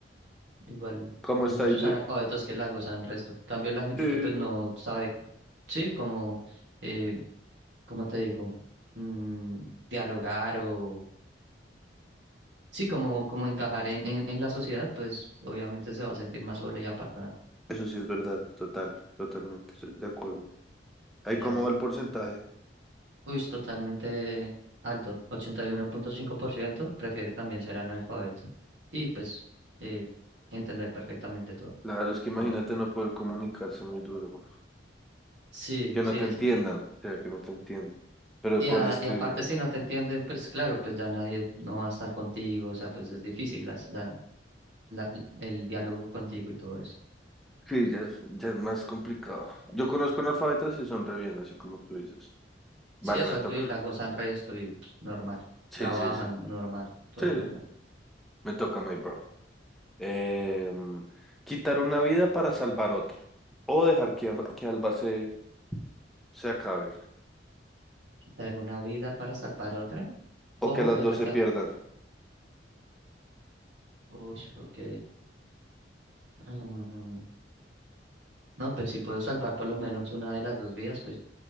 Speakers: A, on the right; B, in the centre.
A: Igual
B: ¿Cómo
A: hay
B: está
A: muchos
B: ahí de...?
A: analfabetos que la gozan resto. En cambio, la gente
B: Sí.
A: que pues no sabe, c- sí, como, eh, ¿cómo te digo? Mm, dialogar o, sí, como, como encajar en, en, en la sociedad, pues obviamente se va a sentir más sola y apartada.
B: Eso sí es verdad, total, totalmente, sí, de acuerdo. ¿Ahí
A: Dale.
B: cómo va el porcentaje?
A: Uy, es totalmente alto. ochenta y uno punto cinco por ciento prefiere también ser analfabeto. Y pues eh, entender perfectamente todo.
B: Claro, es que imagínate
A: Ojalá.
B: no poder comunicarse muy duro, güey.
A: Sí,
B: Que
A: sí,
B: no te
A: exacto.
B: entiendan, o sea, que no te entiendan. Pero
A: Y,
B: poder
A: a-
B: escribir,
A: y aparte, si no te entienden, pues claro, pues ya nadie no va a estar contigo, o sea, pues es difícil las- la, la, el, el diálogo contigo y todo eso.
B: sí, ya es, ya es más complicado. Yo conozco analfabetas y son re bien, así como tú dices. Vale,
A: Sí, exacto,
B: me toca.
A: y la gozan resto y pues, normal,
B: Sí,
A: trabajan
B: sí, sí.
A: normal, todo
B: Sí,
A: normal.
B: me toca, my bro. Em, quitar una vida para salvar otra. O dejar que, amb- que ambas se, se acaben.
A: Quitar una vida para salvar otra
B: O
A: o
B: que las
A: dejar
B: dos se
A: que...
B: pierdan.
A: Uy, ok. mm, No, pues si puedo salvar por lo menos una de las dos vidas, pues